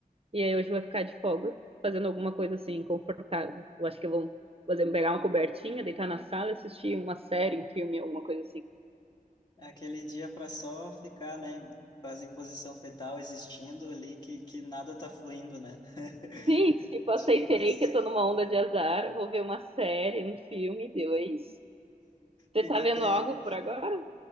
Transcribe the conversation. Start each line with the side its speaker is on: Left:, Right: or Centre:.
Right: E aí hoje eu vou ficar de folga, fazendo alguma coisa assim, confortável. Eu acho que eu vou fazer, pegar uma cobertinha, deitar na sala, assistir uma série, um filme, alguma coisa assim.
Left: É Aquele dia para só ficar, né? Quase em posição fetal, existindo ali, que, que nada tá fluindo, né?
Right: Sim,
Left: <laughs>
Right: tipo, aceitei
Left: Tipo isso.
Right: que eu tô numa onda de azar, vou ver uma série, um filme, deu, é isso. Você
Left: E
Right: tá
Left: tu
Right: vendo
Left: tem,
Right: algo por agora?